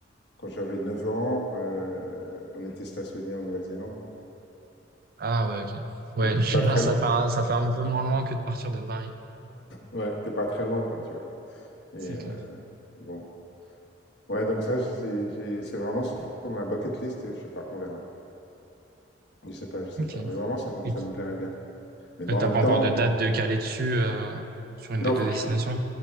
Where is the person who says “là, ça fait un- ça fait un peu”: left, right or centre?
Right